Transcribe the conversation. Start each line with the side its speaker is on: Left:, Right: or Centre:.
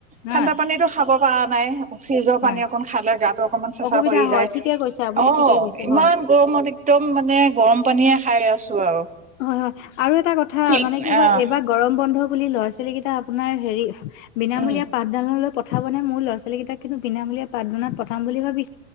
Left: হয়
Right: ঠাণ্ডা পানীো খাব পৰা নাই ফ্ৰিজৰ
Left: হয়
Right: পানী অকণ গাতটো অকমান চেচা
Left: অসুবিধা
Right: পৰি
Left: হয়
Right: যায়
Left: ঠিকে কৈছে আপুনি
Right: অ
Left: ঠিকে কৈছে
Right: ইমান
Left: হয়
Right: গৰমত একদম মানে গৰম পানীয়ে খাই আছো আৰু
Left: হয় হয় আৰু এটা কথা
Right: ফিল্ড
Left: মানে কি হয়
Right: আহ
Left: এইবাৰ গৰম বন্ধ বুলি ল'ৰা ছোৱালী কেইটা আপোনাৰ হেৰি বিনামূলীয়া
Right: উম
Left: পাঠদানলৈ পঠাব ন? মোৰ লৰা ছোৱালী কেইটাক কিন্তু বিনামূলীয়া পাঠদানাত পঠাম বুলি ভাবি